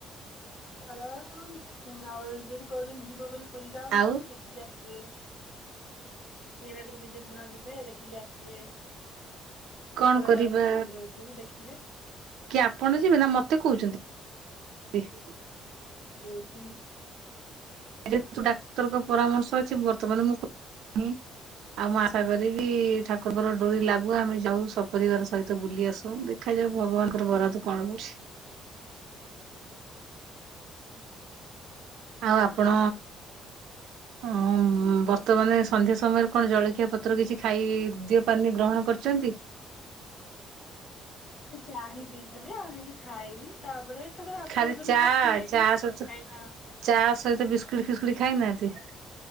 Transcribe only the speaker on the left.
ଆଉ ଯଦି କହୁଛନ୍ତି ଯିବ ବୋଲି ପୁରୀ ଯାଉନାହାନ୍ତି
ଦେଖିକି ଆସ ବେ। ନୀଳାଦ୍ରି ବିଜେ ଦିନ ଯିବେ ଦେଖିକି ଆସିବେ। ଠାକୁର
ଯାଉଥିବେ ମନ୍ଦିର ଭିତରକୁ ଦେଖିବେ
<unintelligible>
ହୁଁ।
ସେ ଚା ହିଁ ପିଇଥିଲି ଆଉ କିଛି ଖାଇନି। ତାପରେ ଏକାଥରେ ରାତ୍ରି
ଭୋଜନ
ହେଲେ ଖାଇବି।
କାଇଁନା